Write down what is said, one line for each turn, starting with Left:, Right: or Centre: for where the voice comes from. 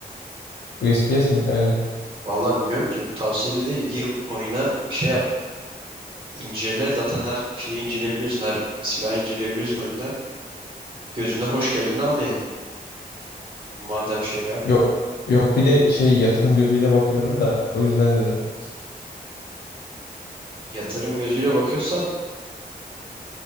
Left: USPS miydi? Aynen.
Right: Vallahi bilmiyorum ki. bu Tavsiyeli değil. Gir oyuna şey yap. İncele. Zaten her şeyi inceleyebiliyorsun. Her silahı inceleyebiliyorsun oyunda. Gözüne hoş geleni al yani. Madem şey yap,
Left: Yok. Yok bir de şey yatırım gözüyle bakıyorum da o yüzden dedim.
Right: yatırım gözüyle bakıyorsan